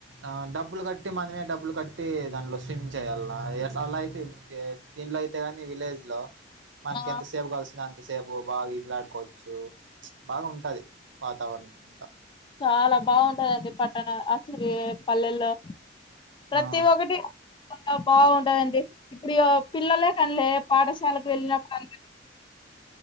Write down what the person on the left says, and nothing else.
ఆ
చాలా బాగుంటాదండి పట్టణ అసలు పల్లెల్లో ప్రతి
ఒక్కటి బాగుంటయండి ఇప్పుడు పిల్లలే కనీలే పాఠశాలకు వెళ్ళినప్పుడు అందరు